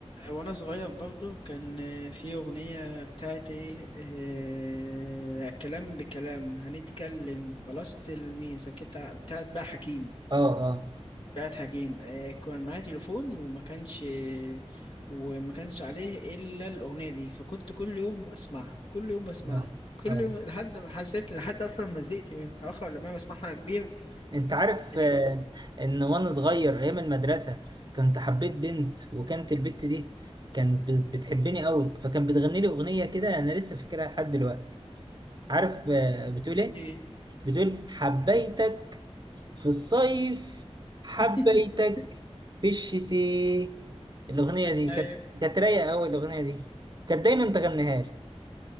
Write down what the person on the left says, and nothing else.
وانا صغير برضه كان في اغنية بتاعت ايه آه، كلام بكلام هنتكلم خلاص تلميذة كده بتاعت بقى حكيم
بتاعت حكيم آه، كان معايا تليفون وما كانش وما كانش عليه الا الاغنية دي فكنت كل يوم اسمعها كل يوم بسمعها
كل
يوم لحد ما حسيت لحد اصلا ما زهقت منها واخر لما أنا بسمعها وانا كبير
هتلاقي
اغنية
ايه
<laughs>
ايوه